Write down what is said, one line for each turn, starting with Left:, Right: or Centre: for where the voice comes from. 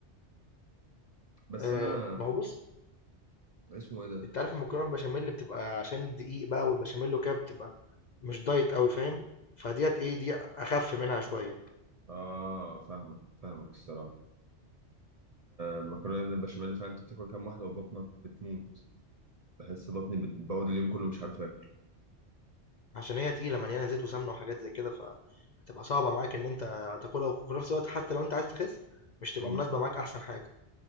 Right: بس
Left: أه
Right: انا
Left: ما هو بص
Right: اسمه ايه ده
Left: أنت عارف المكرونة البشاميل بتبقى عشان الدقيق بقى والبشاميل وكده بتبقى مش دايت قوي فاهم فديت إيه دي أخف منها شوية
Right: اه فاهمك فاهمك الصراحه المكرونه البشاميل اللي فعلا انت بتاكل كام واحده وبطنك بتموت بحس بطني بتبوظ اليوم كله مش عارف اكل
Left: عشان هي تقيلة مليانة زيت وسمنة وحاجات زي كده فهتبقى صعبة معاك ان انت تاكلها وفي نفس الوقت حتى لو انت عايز تخس مش تبقى
Right: امم
Left: مناسبة معاك احسن حاجة